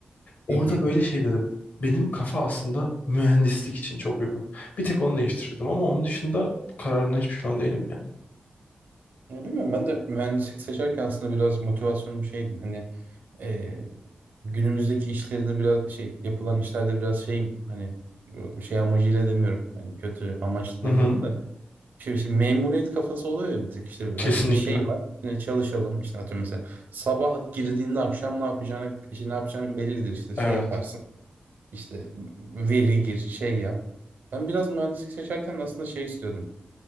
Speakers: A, on the left; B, on the right.
A: Orada
B: Hı hı.
A: böyle şey dedim. Benim kafa aslında mühendislik için çok uygun. Bir tek onu değiştirdim ama onun dışında kararımdan hiç pişman değilim yani.
B: Ya Bilmiyorum ben de mühendislik seçerken aslında biraz motivasyonum şeydi hani e, günümüzdeki işlerde biraz şey yapılan işlerde biraz şeyim hani e, şey amacıyla demiyorum hani kötü amaçlı
A: Hı
B: demiyorum
A: hı,
B: da şimdi, şimdi memuriyet kafası oluyor ya bir tık işte hani
A: kesinlikle.
B: bir şey var yine çalışalım işte atıyorum mesela sabah girdiğinde akşam ne yapacağına işte ne yapacağın bellidir işte şey
A: Evet,
B: yaparsın işte veri gir şey yap ben biraz mühendislik seçerken aslında şey istiyordum